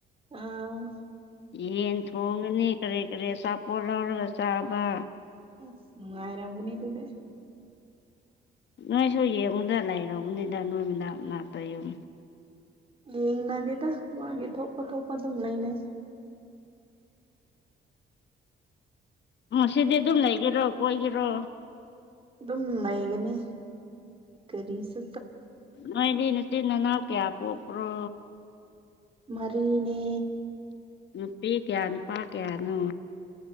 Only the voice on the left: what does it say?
ꯌꯦꯟ ꯊꯣꯡꯉꯅꯤ ꯀꯔꯤ ꯀꯔꯤꯆꯥꯄꯣꯠ ꯂꯧꯔꯒ ꯆꯥꯕ
ꯅꯣꯏꯁꯨ ꯌꯦꯡꯉꯨꯗ ꯂꯩꯔꯃꯅꯤꯗ ꯅꯣꯏ ꯃꯅꯥꯛ ꯃ ꯅꯥꯛꯇ ꯌꯨꯝ
ꯁꯤꯗꯤ ꯑꯗꯨꯝ ꯂꯩꯒꯦꯔꯣ ꯀꯣꯏꯒꯦꯔꯣ
ꯅꯣꯏꯗꯤ ꯅꯆꯤꯟ ꯅꯅꯥꯎ ꯀꯌꯥ ꯄꯣꯛꯄ꯭ꯔꯣ
ꯅꯨꯄꯤ ꯀꯌꯥ ꯅꯨꯄꯥ ꯀꯌꯥꯅꯣ